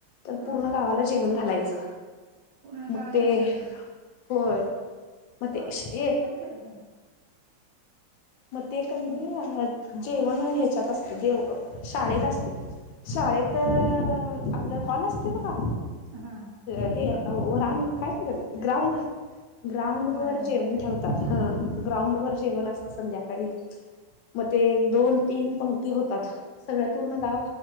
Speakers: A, on the left; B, on the right.
A: तर
B: हां
A: पूर्ण गावाला जेवण घालायचं.
B: पूर्ण
A: मग
B: गावाला
A: ते
B: जेवण
A: होय. मे
B: हो
A: ये
B: चांगलं आहे की.
A: मे कनी...
B: हं
A: जेवण ह्याच्यात असते. देव शाळेत असते. शाळेत... आपलं हॉल असते बघा.
B: हां
A: हे काय म्हणतात ग्राउंड... ग्राउंड वर
B: वरण
A: जेवण ठेवतात ह ग्राउंड
B: हां
A: वर जेवण असतं संध्याकाळी.... मग ते दोन तीन पंक्ती होतात. सगळ पूर्ण गाव